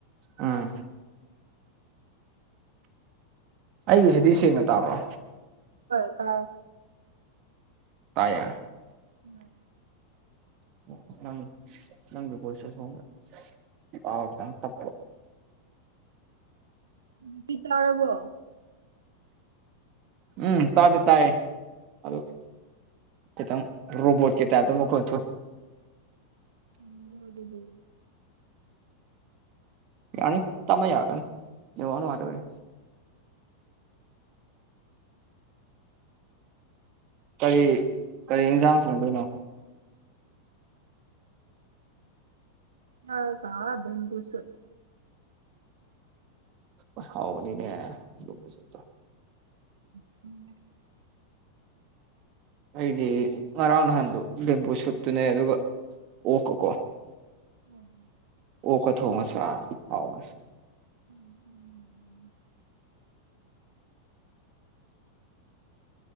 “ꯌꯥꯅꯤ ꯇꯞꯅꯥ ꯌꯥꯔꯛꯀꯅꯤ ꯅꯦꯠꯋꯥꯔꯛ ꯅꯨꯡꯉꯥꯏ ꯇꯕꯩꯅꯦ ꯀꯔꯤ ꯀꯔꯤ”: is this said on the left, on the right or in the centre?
Right